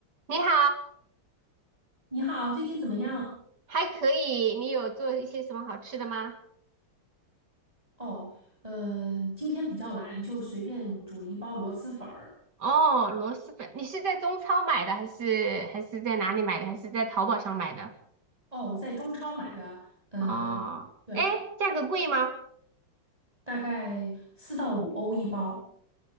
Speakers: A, on the right; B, on the right.
A: 你好，
B: 你好，最近怎么样？
A: 还可以。你有做一些什么好吃的吗？
B: 哦，嗯、今天比较懒，就随便煮了一包螺蛳粉儿。
A: 哦，螺蛳粉，你是在中超买的，还是还是在哪里买的，还是在淘宝上买的？
B: 哦，我在中超买的，嗯、
A: 哦，
B: 对，
A: 哎，价格贵吗？
B: 大概四到五欧一包。